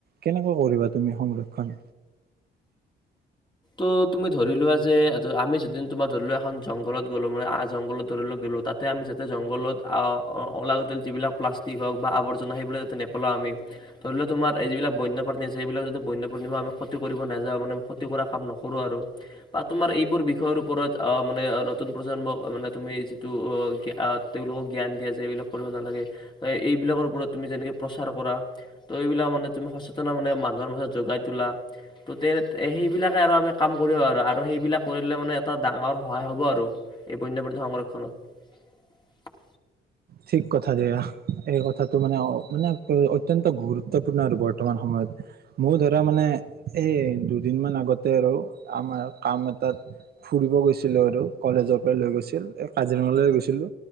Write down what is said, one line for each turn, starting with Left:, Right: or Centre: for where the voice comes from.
Right: কেনেকৈ কৰিবা তুমি সংৰক্ষন
Left: ত' তুমি ধৰি লোৱা যে আমি যেদিন তোমাৰ ধৰি লোৱা এখন জংঘলত গ'লো মানে আ জংঘলত ধৰি লও গ'লো তাতে আমি যাতে জংঘলত অলাগতিল যিবিলাক প্লাষ্টিক হওক বা আৱৰ্জনা সেইবিলাকাতে নপেলাওঁ আমি ধৰি লোৱা তোমাৰ এই যিবিলাক বন্যপ্ৰাণী আছে সেইবিলাক যাতে বন্যপ্ৰাণীৰ আমি ক্ষতি কৰিব নাযাওঁ মানে ক্ষতি কৰা কাম নকৰোঁ আৰু বা তোমাৰ এইবোৰ বিষয়ৰ ওপৰত মানে নতুন প্ৰজন্মক মানে তুমি যিটো তেওঁলোকক জ্ঞান দিয়া যে এইবিলাক কৰিব নালাগে ত এইবিলাকৰ ওপৰত তুমি যেনেকৈ প্ৰচাৰ কৰা ত' এইবিলাক মানে তুমি সচেতন মানে মানুহৰ মাজত জোগাই তোলা ত' তেনে সেই সেইবিলাকে আৰু আমি কাম কৰি আৰু সেইবিলাক কৰিলে মানে এটা ডাঙৰ সহায় হ'ব আৰু এই বন্যপ্ৰাণী সংৰক্ষণত
Right: ঠিক কথা দিয়া এই কথাটো মানে মানে অত্যন্ত গুৰুত্বপূৰ্ণ আৰু বৰ্তমান সময়ত ময়ো ধৰা মানে এই দুদিন মান আগতে আৰু আমাৰ কাম এটাত ফুৰিব গৈছিলো আৰু কলেজৰ পৰা লৈ গৈছিল এই কাজিৰঙাৰ লৈ গৈছিলো